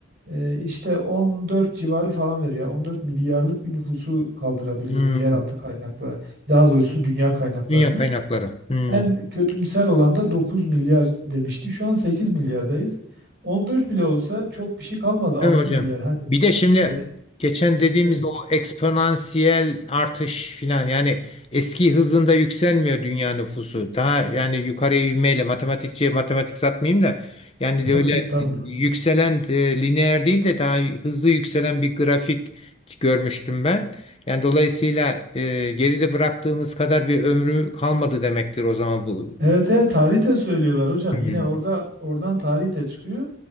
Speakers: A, on the right; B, on the left.
A: e, işte 14 civarı falan veriyor. 14 milyarlık bir nüfusu kaldırabilir
B: Hı.
A: bu yeraltı kaynakları. Daha doğrusu dünya kaynaklarımız.
B: Dünya kaynakları. Hı.
A: En kötümser olan da 9 milyar demişti. Şu an 8 milyardayız. 14 bile olsa çok bir şey kalmadı. 6
B: Değil mi hocam?
A: milyar. Hani
B: Bir de şimdi
A: e,
B: geçen dediğimiz
A: evet.
B: o eksponansiyel artış filan yani eski hızında yükselmiyor dünya nüfusu. Daha yani yukarıya ivmeyle matematikçiye matematik satmayayım da yani
A: <laughs>
B: de
A: Yok
B: öyle
A: estağfurullah.
B: yükselen e, lineer değil de daha hızlı yükselen bir grafik görmüştüm ben. Yani dolayısıyla e, geride bıraktığımız kadar bir ömrü kalmadı demektir o zaman bu.
A: Evet, evet tarih de söylüyorlar hocam.
B: Hmm,
A: Yine orada oradan tarih de çıkıyor.